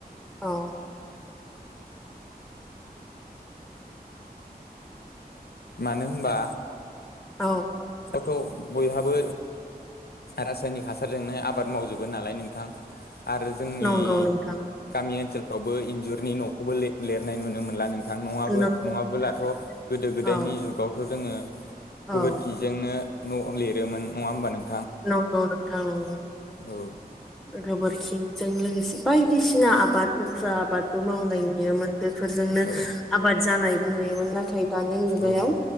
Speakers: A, in the centre; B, on the left (about 75°).
A: औ
B: मानो होमबा
A: औ
B: थ बयहाबो रासायनिक हासारजोंनो आबाद मावजोबो नालाय नोंथां। आरो जोंनि
A: नंगौ नोंथां
B: गामि ओनसोलफ्रावबो इन्जुरनि नखौबो लिरनाय नुनो मोनला नों थां नङाबो
A: नंगौ
B: नङाबोलाथ
A: नोंथां
B: गोदो गोदायनि
A: औ
B: जुगावथ जोङो
A: औ
B: गोबोरखिजोंनो न लिरोमोन नङा होमबा नों
A: नंगौ नोंथां नंगौ
B: औ
A: गोबोरखिजों लोगोसे बायदिसिना आबाद उफ्रा आबादबो मावनाय नुयोमोन बेफोरजोंनो
B: औ
A: आबाद जानाय नुयोमोन नाथाय दानि मुगायाव
B: औ